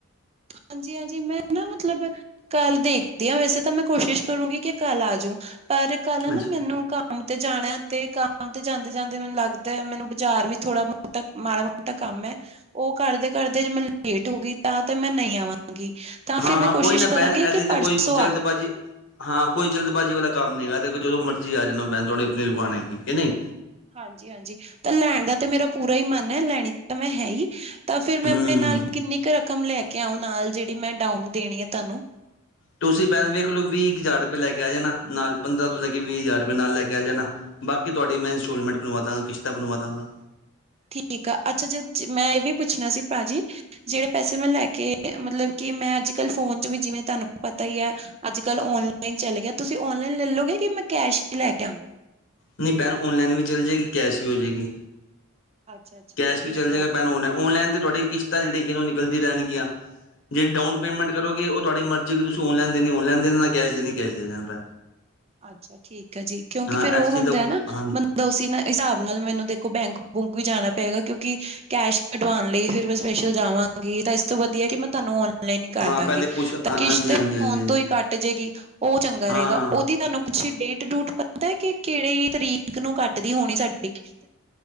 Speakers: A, on the right; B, on the left.
A: ਹਾਂਜੀ, ਹਾਂਜੀ ਮੈਂ ਨਾ ਮਤਲਬ ਕੱਲ ਦੇਖਦੀ ਹਾਂ ਵੈਸੇ ਤਾਂ ਮੈਂ ਕੋਸ਼ਿਸ਼ ਕਰੂੰਗੀ ਕਿ ਕੱਲ ਆਜੂ ਪਰ ਕੱਲ
B: ਹਾਂਜੀ
A: ਨਾ ਮੈਨੂੰ ਕ ਕੰਮ ਤੇ ਜਾਣਾ ਤੇ ਕੰਮ ਤੇ ਜਾਂਦੇ ਜਾਂਦੇ ਮੈਨੂੰ ਲੱਗਦਾ ਹੈ ਮੈਨੂੰ ਬਾਜ਼ਾਰ ਵੀ ਥੋੜਾ ਤ ਮਾੜਾ ਮੋਟਾ ਕੰਮ ਏ, ਉਹ ਕਰਦੇ ਕਰਦੇ ਜੇ ਮੈਂ ਲੇਟ ਹੋ ਗਈ ਤਾਂ ਤੇ ਮੈਂ ਨਹੀਂ ਆਵਾਂਗੀ। ਤਾਂ ਫਿਰ
B: ਹਾਂ,
A: ਮੈਂ
B: ਹਾਂ ਕੋਈ
A: ਕੋਸ਼ਿਸ਼
B: ਨਾ
A: ਕਰਾਂਗੀ
B: ਭੈਣ
A: ਕਿ
B: ਇਦੇ ਤੇ
A: ਪਰਸੋਂ
B: ਕੋਈ ਜਲਦਬਾਜ਼ੀ
A: ਆ ਜਾਂਗੀ
B: ਹਾਂ ਕੋਈ ਜਲਦਬਾਜੀ ਵਾਲਾ ਕੰਮ ਨੀ ਹੈਗਾ ਦੇਖੋ ਜਦੋਂ ਮਰਜ਼ੀ ਆ ਜਾਣਾ ਨਾ ਭੈਣ ਤੁਹਾਡੀ ਆਪਣੀ ਦੁਕਾਨ ਹੈਗੀ ਕੇ ਨਹੀਂ।
A: ਹਾਂਜੀ, ਹਾਂਜੀ ਤਾਂ ਲੈਣ ਦਾ ਤਾਂ ਮੇਰਾ ਪੂਰਾ ਹੀ ਮਨ ਹੈ ਲੈਣੀ ਤਾਂ ਮੈਂ ਹੈ ਹੀ ਤਾਂ ਫੇਰ ਮੈਂ
B: ਹੂੰ
A: ਆਪਣੇ ਨਾਲ ਕਿੰਨੀ ਕੁ ਰਕਮ ਲੈ ਕੇ ਆਓ ਨਾਲ ਜਿਹੜੀ ਮੈਂ ਡਾਊਨ ਦੇਣੀ ਆ ਤੁਹਾਨੂੰ।
B: ਤੁਸੀਂ ਭੈਣ ਵੇਖ ਲੋ ਵੀਹ ਕੁ ਹਜ਼ਾਰ ਰੁਪਏ ਲੈ ਕੇ ਆ ਜਾਣਾ ਨਾਲ, ਪੰਦਰਾਂ ਤੋਂ ਲੈ ਕੇ ਵੀਹ ਹਜ਼ਾਰ ਰੁਪਏ ਨਾਲ ਲੈ ਕੇ ਆ ਜਾਣਾ। ਬਾਕੀ ਤੁਹਾਡੀ ਮੈਂ ਇੰਸਟੋਲਮੈਂਟ ਬਣਵਾ ਦਾਂਗਾ ਕਿਸ਼ਤਾ ਬਣਵਾ ਦਾਂਗਾ।
A: ਠੀਕ ਆ ਅੱਛਾ ਜ ਮੈਂ ਇਹ ਵੀ ਪੁੱਛਣਾ ਸੀ ਭਾਜੀ ਜਿਹੜੇ ਪੈਸੇ ਮੈਂ ਲੈ ਕੇ ਮਤਲਬ ਕਿ ਮੈਂ ਅੱਜ ਕਲ ਫੋਨ ਚ ਵੀ ਜਿਵੇਂ ਤੁਹਾਨੂੰ ਪਤਾ ਹੀ ਆ ਅੱਜ ਕੱਲ੍ਹ ਔਨਲਾਈਨ ਚੱਲ ਗਿਆ ਤੁਸੀਂ ਔਨਲਾਈਨ ਲੈਲੋਗੇ ਕਿ ਮੈਂ ਕੈਸ਼ ਹੀ ਲੈ ਕੇ ਆਵਾਂ।
B: ਨਹੀਂ ਪੈਣ ਔਲਾਈਨ ਵੀ ਚੱਲ ਜਾਏਗੀ, ਕੈਸ਼ ਵੀ ਹੋ ਜਾਏਗੀ।
A: ਅੱਛਾ ਅੱਛਾ
B: ਕੈਸ਼
A: ਠੀਕ
B: ਵੀ ਚੱਲ ਜਾਗਾ
A: ਆ
B: ਭੈਣ ਔਨਲਾਈਨ ਤੇ ਤੁਹਾਡੀ ਕਿਸ਼ਤਾਂ ਜਿਹੜੀਆਂ ਉਹ ਨਿਕਲਦੀ ਰਹਿਣਗੀਆਂ। ਜਿਹੜੀ ਡਾਊਨ ਪੇਮੈਂਟ ਕਰੋਗੇ ਉਹ ਤੁਹਾਡੀ ਮਰਜ਼ੀ ਕਿ ਤੁਸੀਂ ਔਨਲਾਈਨ ਦੇਣੀ ਔਨਲਾਈਨ ਦੇ ਦੇਣਾ ਕੈਸ਼ ਦੇਣੀ ਕੈਸ਼ ਦੇ ਦੇਣਾ।
A: ਅੱਛਾ ਠੀਕ ਹੈ ਜੀ ਕਿਉਂਕਿ
B: ਹਾਂ
A: ਫੇਰ ਉਹ
B: ਇਸ ਚੀਜ਼
A: ਹੁੰਦਾ
B: ਦਾ
A: ਨਾ
B: ਹਾਂਜੀ
A: ਉਸ ਨਾ ਹਿਸਾਬ ਨਾਲ ਮੈਨੂੰ ਦੇਖੋ ਬੈਂਕ ਬੁਂਕ ਵੀ ਜਾਣਾ ਪਏਗਾ ਕਿਉਂਕਿ ਕੈਸ਼ ਕਢਵਾਉਣ ਲਈ ਫਿਰ ਮੈਂ ਸਪੈਸ਼ਲ ਜਾਵਾਂਗੀ ਤਾਂ ਇਸ ਤੋਂ ਵਧੀਆ ਕਿ ਮੈਂ ਤੁਹਾਨੂੰ ਔਨਲਾਈਨ- ਲਾਇਨ ਹੀ ਕਰ
B: ਹਾਂ
A: ਦੇਵਾਂਗੀ,
B: ਪਹਿਲੇ ਪੁੱਛ
A: ਤਾਂ ਕਿਸ਼ਤ
B: ਹਾਂਜੀ ਹਾਂਜੀ ਹਾਂਜੀ
A: ਫੋਨ
B: ਹਾਂਜੀ
A: ਤੋਂ ਹੀ ਘੱਟ ਜੇਗੀ ਉਹ ਚੰਗਾ
B: ਹਾਂ
A: ਰਹੇਗਾ। ਉਹਦੀ ਤੁਹਾਨੂੰ ਕੁਛ ਡੇਟ ਡੂਟ ਪਤਾ ਕਿ ਕਿਹੜੀ ਤਰੀਕ ਨੂੰ ਕੱਟਦੀ ਹੋਣੀ ਸਾਡੀ ਕਿਸ਼ਤ।